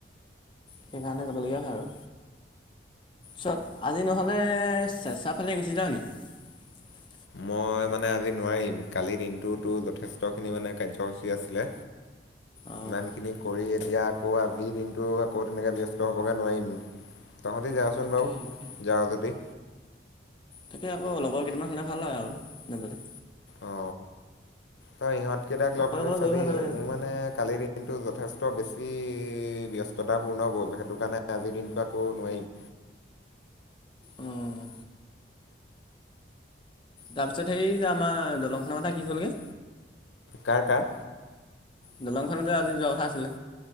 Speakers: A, on the left; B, on the left.
A: সেইকাৰণে যাবলগীয়া হয় আৰু। তাৰপিছত আজি নহ'লে চেচাফালে গুচি যাওঁ নেকি।
B: মই মানে আজি নোৱাৰিম, কালিৰ দিনটোতো যথেষ্টখিনি মানে কাৰ্যসূচী আছিলে।
A: অঁ
B: ইমানখিনি কৰি এতিয়া আকৌ আজিৰ দিনটো আকৌ তেনেকৈ ব্যস্ত হ'বগৈ নোৱাৰিম। তহঁতে যাচোন
A: তাকে
B: বাৰু
A: তাকে
B: যাওঁ যদি।
A: তাকে আকৌ লগৰ কেইটিনান হ'লে ভাল হয় আৰু যাবলৈ।
B: অ, তই ইহঁতকেইটাক লগ
A: অকলে
B: ধৰি
A: অকলে
B: চাবি
A: গৈ ভাল নালাগে
B: মোৰ
A: নহয়।
B: মানে কালি দিনটো য যথেষ্ট বেছি ব্যস্ততাপূৰ্ণ গ'ল, সেইটো কাৰণে আজিৰ দিনটো আকৌ নোৱাৰিম।
A: অ', তাৰপিছত সেই যে আমাৰ দলংখনৰ কথা কি হ'লগৈ।
B: কাৰ, কাৰ।
A: দলংখনতে আজি যোৱা কথা আছিলে,